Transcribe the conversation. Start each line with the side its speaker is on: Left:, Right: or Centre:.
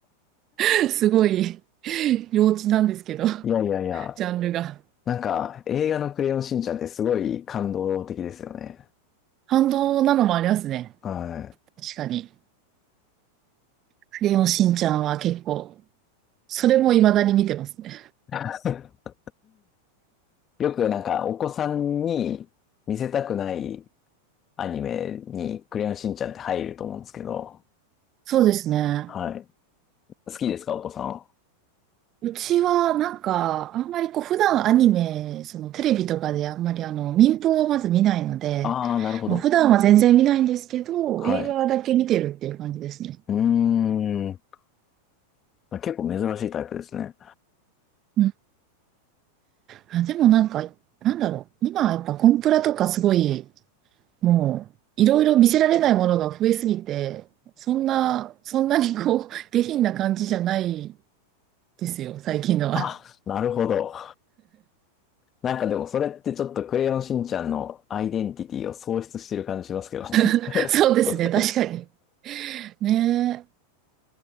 Right: <laughs> すごい、幼稚なんですけど、
Left: いやいやいや、
Right: ジャンルが。
Left: なんか、映画のクレヨンしんちゃんってすごい感動的ですよね。
Right: 反動なのもありますね。
Left: はい。
Right: 確かに。クレヨンしんちゃんは結構、それも未だに見てますね。
Left: <laughs> よくなんか、お子さんに見せたくないアニメにクレヨンしんちゃんって入ると思うんですけど、
Right: そうですね。
Left: はい。好きですか、お子さんは。
Right: うちはなんか、あんまりこう、普段アニメ、そのテレビとかであんまりあの、民放をまず見ないので、
Left: ああ、なるほど。
Right: もう普段は全然見ないんですけど、
Left: はい。
Right: 映画だけ見てるっていう感じですね。
Left: うーん。結構珍しいタイプですね。
Right: うん。あ、でもなんか、なんだろう。今はやっぱコンプラとかすごい、もう、いろいろ見せられないものが増えすぎて、そんな、そんなにこう、<laughs> 下品な感じじゃないですよ、最近のは。
Left: あ、なるほど。なんかでもそれってちょっとクレヨンしんちゃんのアイデンティティを喪失してる感じしますけどね。
Right: <laughs>
Left: <laughs>
Right: そうですね、確かに。ね